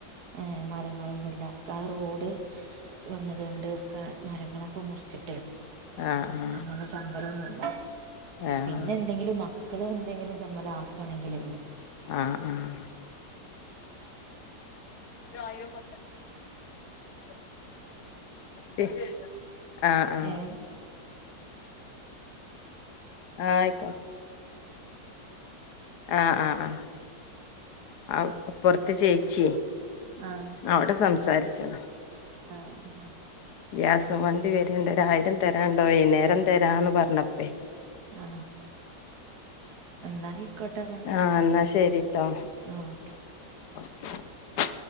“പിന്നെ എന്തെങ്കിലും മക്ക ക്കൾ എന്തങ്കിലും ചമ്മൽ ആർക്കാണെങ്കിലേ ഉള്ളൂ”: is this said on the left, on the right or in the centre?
Right